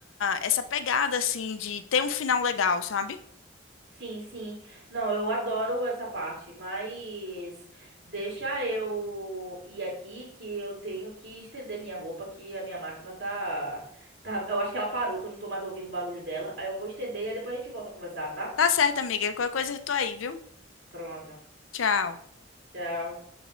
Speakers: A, on the left; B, on the right.
A: essa pegada, assim, de ter um final legal, sabe?
B: sim, sim. Não, eu adoro essa parte, mas deixa eu ir aqui que eu tenho que estender minha roupa, que a minha máquina tá, tá. Eu acho que ela parou, que eu não tô mais ouvindo o barulho dela. Aí eu vou estender e aí depois a gente volta a conversar, tá?
A: Tá certo, amiga. Qualquer coisa eu tô aí, viu?
B: Pronto.
A: Tchau.
B: Tchau.